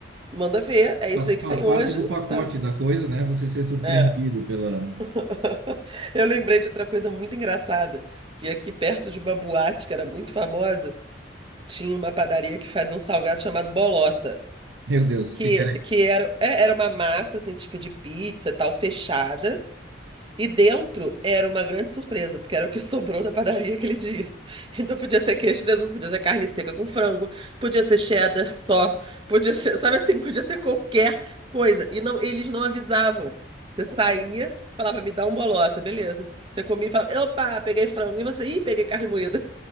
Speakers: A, on the right; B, on the right.
A: manda ver, é isso
B: Faz,
A: aí que
B: faz
A: tem
B: parte
A: hoje,
B: do pacote
A: tal.
B: da coisa, né? Você ser surpreendido
A: É.
B: pela.
A: <laughs> Eu lembrei de outra coisa muito engraçada, que aqui perto de uma boate que era muito famosa, tinha uma padaria que fazia um salgado chamado bolota,
B: Meu Deus,
A: que,
B: o que que era isso?
A: que era, é, era uma massa, assim, tipo de pizza, tal, fechada, e dentro era uma grande surpresa, porque era o que sobrou da padaria aquele dia. <laughs> Então podia ser queijo, e presunto, podia ser carne seca com frango, podia ser cheddar só, podia ser, sabe assim, podia ser qualquer coisa. E não, eles não avisavam. Você saía, falava, me dá um bolota, beleza. Você comia e falava, opa, peguei frango. E você, ih, peguei carne moída.